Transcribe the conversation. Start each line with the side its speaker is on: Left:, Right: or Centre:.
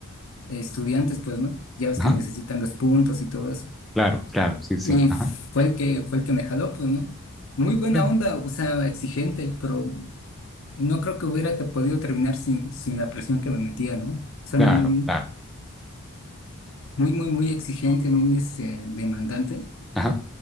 Left: eh, estudiantes, pues, ¿no? Ya ves
Centre: ajá,
Left: que necesitan los puntos y todo eso.
Centre: claro, claro, sí, sí,
Left: Y
Centre: ajá,
Left: fue el que, fue el que me jaló, pues, ¿no? Muy
Centre: ah,
Left: buena
Centre: mira,
Left: onda, o sea, exigente, pero no creo que hubiera te- podido terminar sin, sin la presión que me metía, ¿no? Suena
Centre: claro,
Left: muy,
Centre: claro,
Left: muy, muy, muy exigente, muy este, demandante,
Centre: ajá,